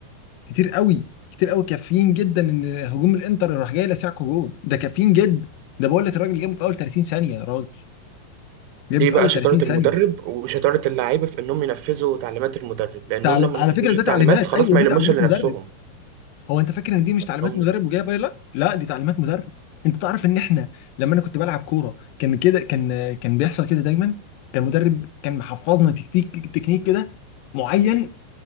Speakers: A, on the left; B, on the right.
A: كتير قوي كتير قوي كافيين جدا ان هجوم الانتر راح جاي لسعكو جول ده كافيين جدا ده بقول لك الراجل جابه في اول 30 ثانيه يا راجل
B: دي
A: جابه في
B: بقى
A: اول
B: شطارة
A: 30 ثانيه
B: المدرب وشطارة اللعيبة في إنهم ينفذوا تعليمات المدرب لأنهم
A: تعلي...
B: لما
A: على
B: نفذوش
A: فكره ده
B: التعليمات
A: تعليمات
B: خلاص
A: ايوه
B: ما
A: دي
B: يلموش
A: تعليمات
B: إلا
A: مدرب
B: نفسهم
A: هو انت فاكر ان دي مش
B: لأنهم
A: تعليمات مدرب وجايه لا لا دي تعليمات مدرب انت تعرف ان احنا لما انا كنت بلعب كوره كان كده كان كان بيحصل كده دايما كان المدرب كان محفظنا تكتيك تكنيك كده معين